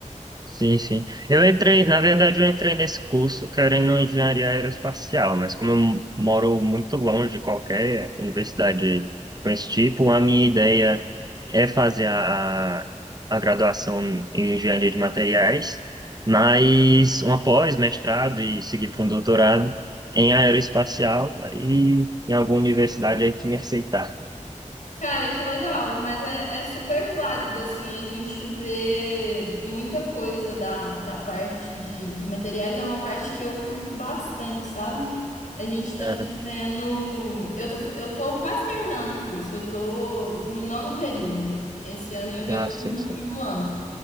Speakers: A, on the right; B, on the left.
A: Sim, sim. Eu entrei, na verdade, eu entrei nesse curso querendo engenharia aeroespacial, mas como eu m- moro muito longe de qualquer universidade com esse tipo, a minha ideia é fazer a, a graduação em engenharia de materiais, mas uma pós-mestrado e seguir para um doutorado em aeroespacial, aí em alguma universidade aí que me aceitar.
B: Cara, que legal, mas é, é super válido, assim, a gente vê muita coisa da, da parte de, de materiais, é uma parte que eu curto bastante, sabe? A gente tá
A: Aham.
B: fazendo. Eu tô, eu tô quase terminando o curso, eu tô no nono período. Esse ano eu, eu
A: Ah,
B: faço
A: sim,
B: no
A: sim.
B: fim do ano.